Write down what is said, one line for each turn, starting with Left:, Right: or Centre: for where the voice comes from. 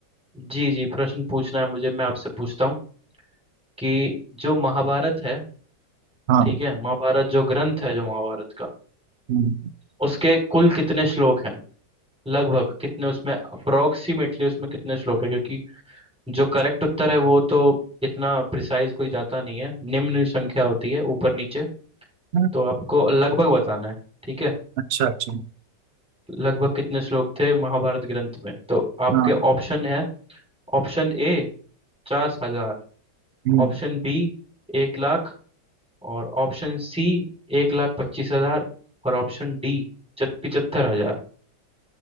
Centre: जी जी प्रश्न पूछना है मुझे मैं आपसे पूछता हूँ कि जो महाभारत है
Right: हाँ
Centre: ठीक है महाभारत जो ग्रंथ है जो महाभारत का
Right: हम्म,
Centre: उसके कुल कितने श्लोक हैं लगभग कितने उसमें अप्रोक्सीमेटली उसमें कितने श्लोक है क्योंकि जो करेक्ट उत्तर है वो तो इतना प्रिसाइज कोई जाता नहीं है निम्न संख्या होती है ऊपर नीचे
Right: हम्म,
Centre: तो आपको लगभग बताना है ठीक है
Right: अच्छा अच्छा
Centre: लगभग कितने श्लोक थे महाभारत ग्रंथ में तो आपके
Right: हाँ
Centre: ऑप्शन है ऑप्शन ए पचास हजार
Right: हम्म,
Centre: Option B एक लाख और ऑप्शन सी एक लाख पच्चीस हजार और ऑप्शन डी पिचहत्तर हजार